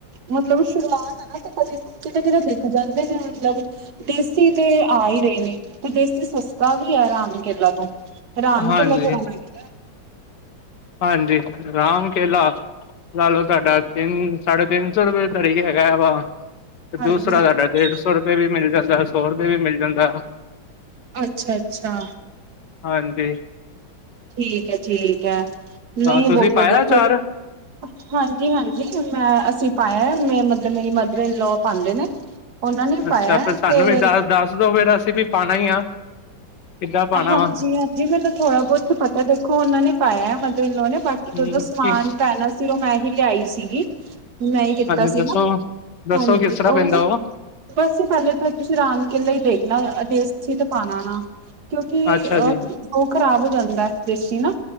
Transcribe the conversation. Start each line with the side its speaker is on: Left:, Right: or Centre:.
Right: ਮਤਲਬ ਸ਼ੁਰੂਆਤ ਹੈ ਨਾ ਕ ਕਿਤੇੇ -ਕਿਤੇ ਦਿਖ ਜਾਂਦੇ ਨੇ ਮਤਲਬ ਦੇਸੀ ਤੇ ਆ ਹੀ ਰਹੇ ਨੇ। ਤੇ ਦੇਸੀ ਸਸਤਾ ਵੀ ਹੈ ਰਾਮ ਕੇਲਾ ਤੋਂ। ਰਾਮ
Left: ਹਾਂਜੀ
Right: ਕੇਲਾ <unintelligible>
Left: ਹਾਂਜੀ, ਰਾਮ ਕੇਲਾ ਲ ਲੋ ਤੁਹਾਡਾ ਤਿੰਨ- ਸਾਢੇ ਤਿੰਨ ਸੌ ਰੁਪਏ ਤ ਹੀ ਹੈਗਾ ਹੈ ਵਾ
Right: ਹਾਂਜੀ-ਹਾਂਜੀ
Left: ਦੂਸਰਾ ਸਾਡਾ ਡੇਢ ਸੌ ਰੁਪਏ ਵੀ ਮਿਲ ਜਾਂਦਾ, ਸੌ ਰੁਪਏ ਵੀ ਮਿਲ ਜਾਂਦਾ।
Right: ਅੱਛਾ -ਅੱਛਾ।
Left: ਹਾਂਜੀ
Right: ਠੀਕ ਹੈ- ਠੀਕ ਹੈ, ਨਹੀਂ
Left: ਹਾਂ ਤੁਸੀਂ
Right: ਬਹੁਤ
Left: ਪਾਇਆ
Right: ਵਧੀਆ
Left: ਅਚਾਰ
Right: ਫਿਰ ਹਾਂਜੀ -ਹਾਂਜੀ, ਮੈਂ ਅਸੀਂ ਪਾਇਆ ਮੈਂ ਮਤਲੱਬ ਮੇਰੀ ਮਦਰ ਇਨਲੋਅ ਪਾਉਂਦੇ ਨੇ। ਉਹਨਾਂ ਨੇ ਪਾਇਆ
Left: ਅੱਛਾ! ਫਿਰ ਸਾਨੂੰ
Right: ਤੇ
Left: ਵੀ ਦੱਸ ਦੱਸ ਦੋ ਫਿਰ ਅਸੀਂ ਵੀ ਪਾਉਣਾ ਹੀ ਆ। ਕਿੱਦਾਂ ਪਾਉਣਾ
Right: ਹਾਂਜੀ
Left: ਵਾ
Right: -ਹਾਂਜੀ, ਮੈਨੂੰ ਥੋੜਾ ਬਹੁਤ ਤੇ ਪਤਾ ਦੇਖੋ ਉਹਨਾਂ ਨੇ ਪਾਇਆ ਮਥਰ ਇਨ ਲਾਅ ਨੇ ਮਤਲੱਬ ਬਾਕੀ ਕਿ
Left: ਹਮ
Right: ਜਦੋਂ ਸਮਾਨ
Left: ਕੀ
Right: ਪੈਣਾ ਸੀ ਉਹ ਮੈਂ ਹੀ ਲਿਆਈ ਸੀਗੀ। ਮੈਂ ਹੀ ਕੀਤਾ
Left: ਹਾਂਜੀ
Right: ਸੀ
Left: ਦੱਸੋ,
Right: ਨਾ।
Left: ਦੱਸੋ
Right: ਹਾਂਜੀ,
Left: ਕਿਸ ਤਰ੍ਹਾਂ
Right: ਉਹ
Left: ਪੈਂਦਾ
Right: ਨਾ ਬਸ ਜੀ ਪਹਿਲੇ ਤਾਂ ਤੁਸੀਂ ਰਾਮ ਕੇਲਾ ਹੀ ਦੇਖਣਾ ਦੇਸੀ ਤੇ ਪਾਣਾ ਨਾ। ਕਿਉਂਕਿ
Left: ਅੱਛਾ
Right: ਅਹ
Left: ਜੀ
Right: ਉਹ ਖਰਾਬ ਹੋ ਜਾਂਦਾ ਦੇਸੀ ਨਾ,